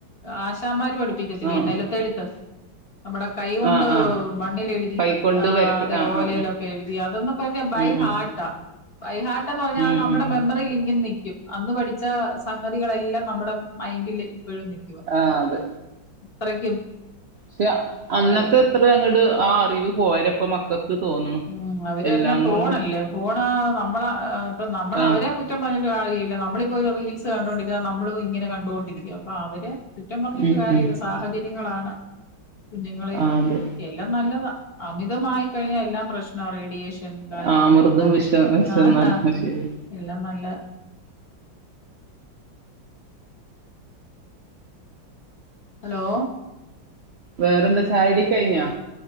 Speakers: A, on the left (about 35°); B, on the right (about 80°).
A: ആശാമ്മാര് പഠിപ്പിക്കത്തില്ല
B: ആ
A: ഈ നിലത്തെഴുത്ത് നമ്മുടെ കൈ കൊണ്ട്
B: ആ ആ
A: മണ്ണിൽ എഴുതി
B: കൈക്കൊണ്ട്
A: ആഹ്
B: വരപ്പി
A: അതെ
B: ആ
A: ഓലയിലൊക്കെ
B: ആ
A: എഴുതി അതൊന്നൊക്കെ
B: ഉം
A: ബൈ ഹാർട്ടാ
B: ഉം
A: ബയ്ഹാട്ടന്ന് പറഞ്ഞാ
B: ഉം
A: അത്
B: ഉം
A: നമ്മുടെ
B: ഉം
A: മെമ്മ ഇങ്ങനെ നിക്കും അന്ന് പഠിച്ച സംഗതികളെല്ലാം നമ്മുടെ മൈൻഡിൽ ഇപ്പോഴും നിക്കും
B: ആഹ് അതെ
A: അത്രയ്ക്കും
B: ക്ഷെ
A: ഇതായിരുന്നു
B: അന്നത്തെ എത്ര അങ്ങോട് ആ അറിവ് പോരപ്പ മക്കൾക്ക് തോന്നണു
A: ഉം അവരെല്ലാം
B: എല്ലാം
A: ഫോണല്ലേ
B: കൊണ്ടും
A: ഫോണ് നമ്മള ഇപ്പ നമ്മള
B: ആ
A: അവരെ കുറ്റ റ്റം പറഞ്ഞിട്ട് കാര്യല്ല നമ്മളിപ്പോ ഒരു റീൽസ് കണ്ടുകൊണ്ടിരിക്കുക നമ്മളും ഇങ്ങെനെ കണ്ടൊണ്ടരിക്കുക അപ്പൊ അവര് കുറ്റം പറഞ്ഞിട്ട്
B: ഉം
A: കാര്യല്ല
B: ഉം
A: സാഹചര്യങ്ങളാണ് കുഞ്ഞുങ്ങളെ
B: ആ അതെ
A: എല്ലാം നല്ലത അമിതമായി കഴിഞ്ഞാൽ എല്ല പ്രശ്ന റേഡിയേഷൻ കാര്യങ്ങള്
B: ആ അമൃതും
A: എല്ലാം
B: വിഷം വിഷം
A: ആഹ്
B: ന്ന്
A: ആഹ്
B: പറഞ്ഞ ശരിയാ
A: എല്ലാം നല്ല ഹലോ
B: വേറെന്താ ചായ്യുടി കഴിഞ്ഞാ